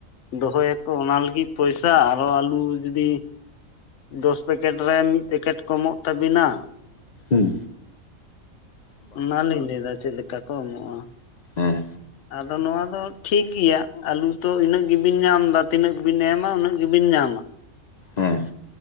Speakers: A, on the left; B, on the left.
A: ᱫᱚᱦᱚᱭᱟᱠᱚ ᱚᱱᱟ ᱞᱟᱹᱜᱤᱫ ᱯᱚᱭᱥᱟ ᱟᱨᱚ ᱟᱞᱩ ᱡᱩᱫᱤ ᱫᱚᱥ ᱯᱮᱠᱮᱴ ᱨᱮ ᱢᱤᱫ ᱯᱮᱠᱮᱴ ᱠᱚᱢᱚᱜ ᱛᱟᱵᱤᱱᱟ᱾
B: ᱦᱩᱸ ᱾
A: ᱚᱱᱟᱞᱤᱧ ᱞᱟᱹᱭᱫᱟ ᱪᱮᱫ ᱞᱮᱠᱟ ᱠᱚ ᱮᱢᱚᱜᱼᱟ
B: ᱦᱮᱸ
A: ᱟᱫᱚ ᱱᱚᱣᱟ ᱫᱚ ᱴᱷᱤᱠ ᱜᱮᱭᱟ ᱟᱹᱞᱩ ᱛᱚ ᱤᱱᱟᱹᱜ ᱜᱮᱵᱤᱱ ᱧᱟᱢ ᱫᱟ ᱛᱤᱱᱟᱹᱜ ᱜᱮᱵᱤᱱ ᱮᱢᱟ ᱩᱱᱟᱹᱜ ᱜᱮᱵᱤᱱ ᱧᱟᱢᱟ᱾
B: ᱦᱮᱸ,